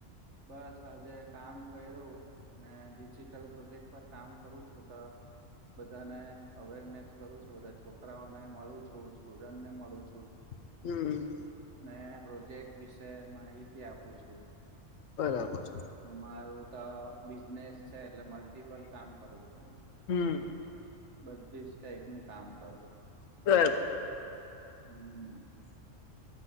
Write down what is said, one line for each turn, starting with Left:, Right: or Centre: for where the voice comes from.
Right: બસ આજે કામ કર્યું ને ડિજિટલ પ્રોજેક્ટ પર કામ કરું છું તો બધાને અવેરનેસ કરું છું બધા છોકરાઓને મળું છું સ્ટુડન્ટ ને મળું છું
Left: હમ
Right: ને પ્રોજેક્ટ વિશે માહિતી આપું છું
Left: બરાબર
Right: મારું તો બિઝનેસ છે એટલે મલ્ટિપલ કામ કરું છું હું
Left: હમ
Right: બધી જ ટાઈપનું કામ કરું
Left: હ <inaudible>
Right: હમ